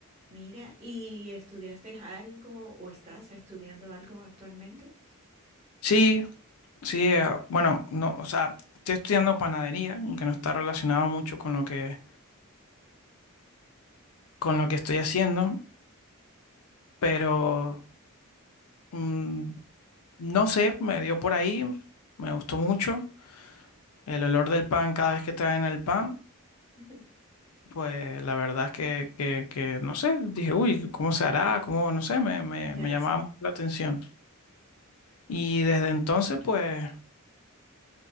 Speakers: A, on the right (about 30°); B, on the left (about 80°).
A: Mira, ¿y estudiaste algo o estás estudiando algo actualmente?
B: Sí, sí, eh, bueno, no, o sea, estoy estudiando panadería, aunque no está relacionado mucho con lo que, con lo que estoy haciendo, pero mm, no sé, me dio por ahí, me gustó mucho el olor del pan cada vez que traen el pan.
A: <laughs>
B: Pues la verdad es que, que, que no sé, dije, uy, ¿cómo se hará? ¿Cómo? No sé, me, me,
A: Ya,
B: me llamaba
A: se-
B: mucho la atención. Y desde entonces, pues,